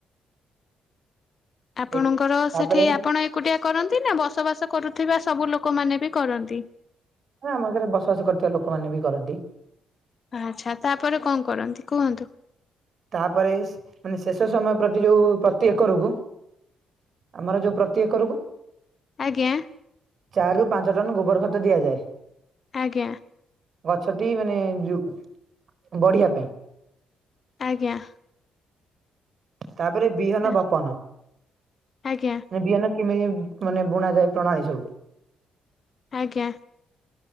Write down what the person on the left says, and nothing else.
ଆପଣଙ୍କର
ସେଠି ଆପଣ ଏ କୁଟିଆ କରନ୍ତି ନା ବସବାସ କରୁଥିବା ସବୁ ଲୋକମାନେ ବି କରନ୍ତି।
ଆଚ୍ଛା ତାପରେ କଣ କରନ୍ତି କୁହନ୍ତୁ।
ଆଜ୍ଞା।
ଆଜ୍ଞା।
ଆଜ୍ଞା।
ଆ
ଆଜ୍ଞା
ଆଜ୍ଞା।